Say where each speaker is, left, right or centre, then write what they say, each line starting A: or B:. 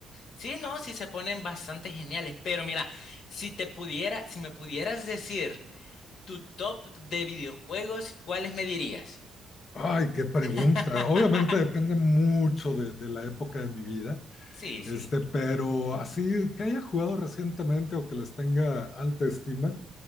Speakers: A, on the left; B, on the left.
A: Sí, no, sí se ponen bastante geniales, pero mira, si te pudiera, si me pudieras decir... Tu top de videojuegos, ¿cuáles me dirías?
B: Ay, qué pregunta.
A: <laughs>
B: Obviamente depende mucho de de la época de mi vida.
A: Sí, sí.
B: Este, pero así que haya jugado recientemente o que les tenga alta estima,